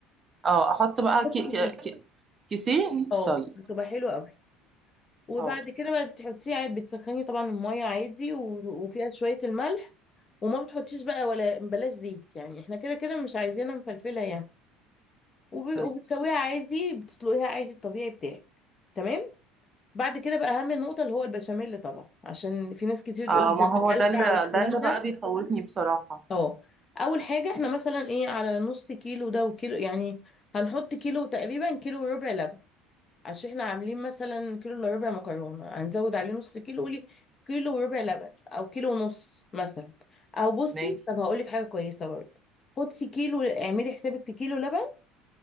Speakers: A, on the right; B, on the left.
A: اه احط بقى
B: بس
A: كي...
B: كتير
A: كي... كي- كيسين
B: اه
A: طيب
B: هتبقى حلوه قوي وبعد
A: حاضر
B: كده بقى بتحطيه عادي- بتسخني طبعا المية عادي و- وفيها شوية الملح وما بتحطيش بقى ولا بلاش زيت يعني احنا كده كده مش عايزينها مفلفلة يعني وب-
A: طيب
B: وبتسويها عادي بتسلقيها عادي الطبيعي بتاعك تمام بعد كده بقى اهم نقطة اللي هو البشاميل طبعا عشان في ناس كتير
A: اه
B: تقول
A: ما
B: ده
A: هو
B: بيكلكع
A: ده اللي
B: والكلام
A: ده اللي
B: ده
A: بقى بيخوفني بصراحه
B: اه اول حاجة احنا مثلا ايه على نص كيلو ده وكيلو يعني هنحط كيلو تقريبا كيلو وربع لبن عشان احنا عاملين مثلا كيلو الا ربع مكرونه هنزود عليه نص كيلو قولي كيلو وربع لبن او كيلو ونص مثلا او بصي
A: ماشي
B: طب هقول لك حاجه كويسه برضه خدي كيلو اعملي حسابك في كيلو لبن